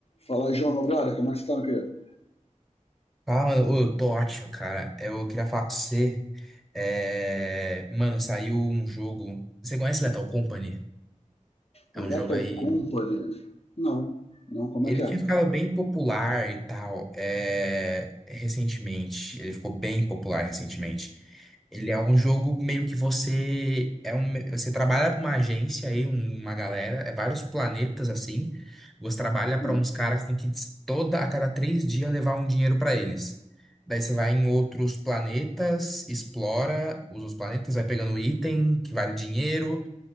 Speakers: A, on the left; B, in the centre.
A: Fala aí, João, meu brother, como é que você tá, meu querido?
B: Ah, mano. Ô, eu tô ótimo, cara. Eu queria falar com você. É, Mano, saiu um jogo. Você conhece Lethal Company?
A: Lethal
B: É um jogo aí
A: Company? Não, não, como
B: Ele
A: é que é?
B: tinha ficado bem popular e tal, é, recentemente. Ele ficou bem popular recentemente. Ele é um jogo meio que você é um, você trabalha para uma agência aí, um- uma galera, é vários planetas assim. Você trabalha
A: Hum,
B: para uns caras que tem que des- toda a cada três dias levar um dinheiro para eles. Daí você vai em outros planetas, explora os outros planetas, vai pegando item que vale dinheiro.